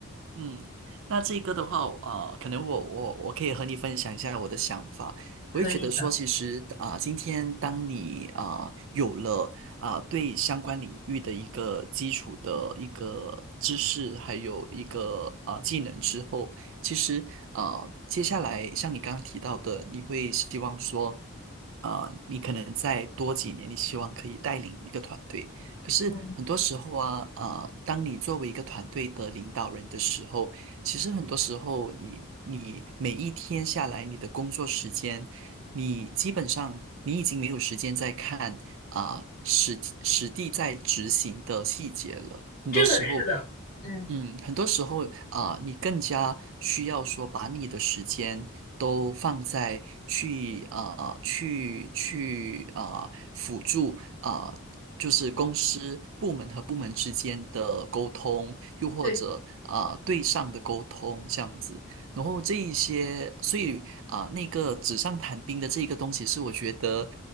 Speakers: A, on the right (about 55°); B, on the left (about 40°).
A: 嗯，那这个的话，呃，可能我我我可以和你分享一下我的想法。
B: 可以的，
A: 我也觉得说，其实啊、今天当你啊、有了啊、对相关领域的一个基础的一个知识，还有一个啊、技能之后，其实啊，接下来像你刚刚提到的，你会希望说，啊、你可能再多几年，你希望可以带领一个团队。可是很多时候啊，
B: 嗯，
A: 呃，当你作为一个团队的领导人的时候，其实很多时候你你每一天下来，你的工作时间，你基本上你已经没有时间再看啊、实实地在执行的细节了。很多时候，
B: 这个是的，嗯。
A: 嗯，很多时候啊，你更加需要说把你的时间都放在去啊、去去啊、辅助啊、就是公司部门和部门之间的沟通，又或者啊、
B: 对。
A: 对上的沟通这样子。然后这一些，所以啊、那个纸上谈兵的这一个东西是我觉得。